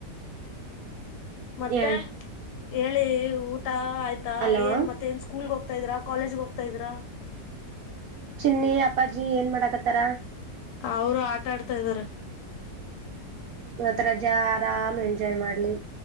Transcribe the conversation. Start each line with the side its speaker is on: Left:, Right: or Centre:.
Left: ಮತ್ತೆ
Right: ಹೇಳಿ
Left: ಹೇಳಿ ಊಟ ಆಯ್ತಾ
Right: ಹಲೋ
Left: ಏನ್ ಮತ್ತೆ ಏನ್ ಸ್ಕೂಲ್ಗೆ ಹೋಗ ಹೋಗ್ತಾ ಇದ್ರಾ ಕಾಲೇಜ್ಗೆ ಹೋಗ್ತಾ ಇದ್ರಾ
Right: ಚಿನ್ನಿ ಅಪ್ಪಾಜಿ ಏನ್ ಮಾಡಾಕತ್ತಾರ
Left: ಅವರು ಆಟ ಆಡ್ತಾ ಇದ್ದಾರ
Right: ಆತ್ರಜಾ ಆರಾಮ್ ಎಂಜಾಯ್ ಮಾಡ್ಲಿ